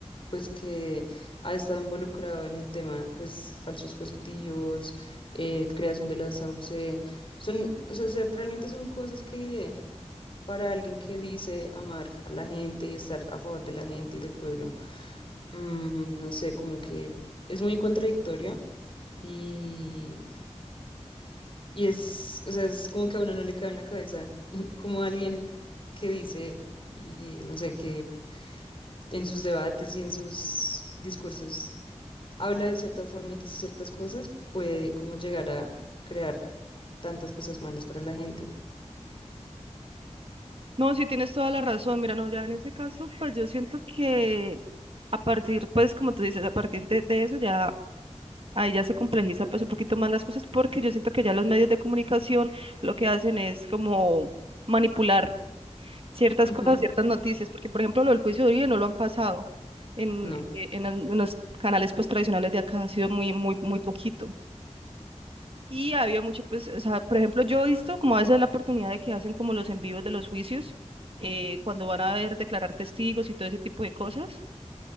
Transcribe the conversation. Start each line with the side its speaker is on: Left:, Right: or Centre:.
Left: pues, que ha estado involucrado en el tema, pues, falsos positivos, eh, creación de las AUC, son, o sea, son- realmente son cosas que para alguien que dice amar a la gente y estar a favor de la gente y del pueblo, mm, no sé, como que es muy contradictoria y, y es, o sea, es como que a uno no le cabe en la cabeza, <laughs> como alguien que dice, y no sé, que en sus debates y en sus discursos habla de cierta forma y dice ciertas cosas, puede como llegar a crear tantas cosas malas para la gente.
Right: No, sí tienes toda la razón. Mira, no, ya en ese caso, pues yo siento que a partir, pues como tú dices, a partir de, de eso ya... Ahí ya se complejiza pues un poquito más las cosas porque yo siento que ya los medios de comunicación lo que hacen es como manipular ciertas
Left: Ujú,
Right: cosas, ciertas noticias, porque por ejemplo lo del juicio de Uribe no lo han pasado en,
Left: No,
Right: eh, en, el- en los canales pues tradicionales de acá, ha sido muy, muy, muy poquito. Y había mucho, pues, o sea, por ejemplo, yo he visto como a veces la oportunidad de que hacen como los envíos de los juicios, eh, cuando van a ver declarar testigos y todo ese tipo de cosas,